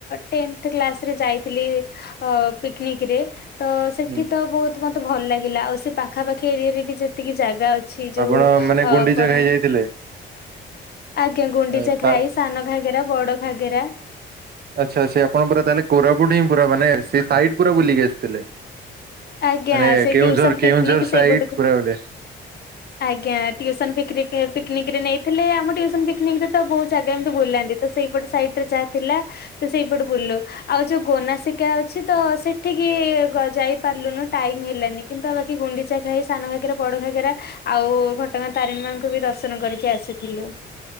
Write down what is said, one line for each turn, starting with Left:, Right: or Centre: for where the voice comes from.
Left: ଟେ କ୍ସରେ ଯାଇଥିଲି ପିକନିକରେ ତ ସେଠି
Right: ହୁଁ
Left: ତ ବହୁତ ମତେ ଭଲ ଲାଗିଲା ଆଉ ସେ ପାଖା ପାଖି ଏରିଆରେ ବି ଯେତିକି ଜାଗା ଅଛି। ଯୋଉ
Right: ଆପଣ ମାନେ ଗୁଣ୍ଡିଚା
Left: କଣ
Right: ଘାଇ ଯାଇଥିଲେ?
Left: ଆଜ୍ଞା ଗୁଣ୍ଡିଚା
Right: ଏ, ତା
Left: ଖାଇ। ସାନ ଘାଗେରା ବଡ଼ ଘାଗେରା।
Right: ଆଚ୍ଛା ଆଚ୍ଛା ଆପଣଙ୍କର ତାହେଲେ କୋରାପୁଟ ହିଁ ପୁରା ମାନ ସେ ସାଇଡ୍ ପୁରା ବୁଲିକି ଆସିଥିଲେ।
Left: ଆଜ୍ଞା
Right: ମାନେ
Left: ସେ
Right: Keonjhar
Left: tuition
Right: Keonjhar
Left: picnic ସେଇପଟକୁ
Right: side ପୁରା ବୋଲେ
Left: ଆଜ୍ଞା ଟିଉସନ୍ ପିକରିକିରେ ପିକନିକରେ ନେଇଥିଲେ ଆମ ଟିଉସନ୍ ପିକନିକରେ ତ ବୋହୁତ ଜାଗା ଏମିତି ବୁଲାନ୍ତି। ତ ସେଇପଟ ସାଇଡରେ ଯାହା ଥିଲା ତ ସେଇପଟ ବୁଲୁ ଆଉ ଯୋଉ ଗୋନାସିକା ଅଛି। ତ ସେଠିକି ଯାଇ ଗ ଯାଇ ପାରିଲୁନୁ ଟାଇମର ହେଲାନି କିନ୍ତୁ ଆଉ ବାକି ଗୁଣ୍ଡିଚା ଘାଇ ସାନ ଘାଗାରା ବଡ ଘାଗେରା ଆଉ ଘଟଗାଁ ତାରିଣୀ ମାଙ୍କୁ ବି ଦର୍ଶନ କରିକି ଆସିଥିଲୁ।